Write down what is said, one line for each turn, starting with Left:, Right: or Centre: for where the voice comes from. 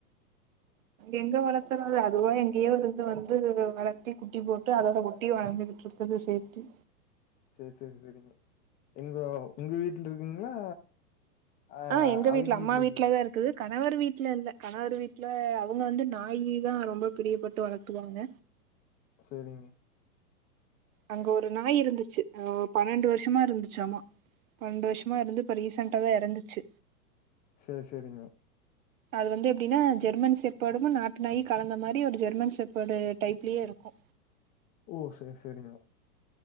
Right: எங்க வளர்த்தறது அதுவா எங்கேயோ இருந்து வந்து வளர்த்தி குட்டி போட்டு அதோட குட்டி வளர்ந்துகிட்டு இருக்குது சேர்த்தி
Left: சரி சரி சரிங்க எங்க உங்க வீட்டுல இருக்குங்களா ஆ
Right: ஆஹ் எங்க
Left: அவிங்க
Right: வீட்ல அம்மா
Left: இருக்குங்களா
Right: வீட்டு்லதான் இருக்குது கணவர் வீட்டுல இல்லே இல்லே கணவர் வீட்டுல அவங்க வந்து நாயி தான் ரொம்ப பிரியப்பட்டு வளர்த்துவாங்க
Left: சரிங்க
Right: அங்க ஒரு நாய் இருந்துச்சு பன்னெண்டு வருஷமா இருந்துச்சாமா சந்தோஷமா இருந்து இப்போ ரீசெண்டாதா எறந்து ச்சு
Left: சரி சரிங்க
Right: அது வந்து எப்படின்னா ஜெர்மன் செப்பேடும் நாட்டு நாயி கலந்த மாரி ஒரு ஜெர்மன் செப்பேடு டைப்லயே இருக்கு
Left: ஓ சரி சரிங்க